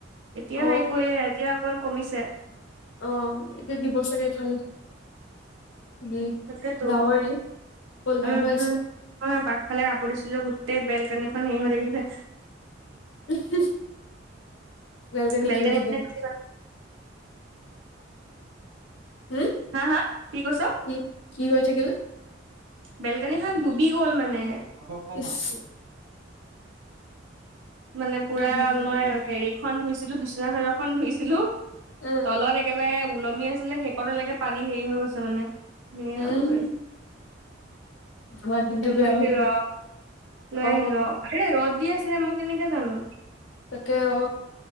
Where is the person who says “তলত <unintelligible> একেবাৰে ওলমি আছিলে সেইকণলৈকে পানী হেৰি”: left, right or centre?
Right